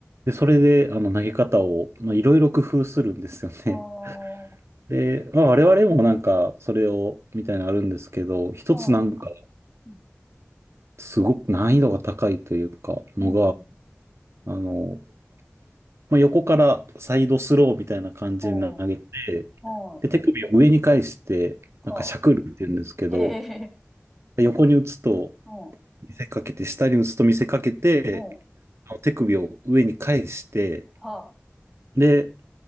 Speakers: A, on the right; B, in the centre.
A: で、それで、あの、投げ方を、まあ、いろいろ工夫するんですよね。
B: ああ、
A: で、まあ、我々もなんか、それを、みたいなのあるんですけど、一つなんか、
B: はい。うん
A: すごく難易度が高いというか、の
B: うん。
A: が、あの、まあ、横からサイドスローみたいな感じに投げて、
B: うん。はい。
A: で、手首を上に返して、
B: は
A: なんかしゃくるって言うんですけど、
B: あ。へえ。
A: 横に打つと
B: うん。
A: 見せかけて、下に打つと見せかけて、
B: うん。
A: あの手首を上に返して、
B: はあ。
A: で、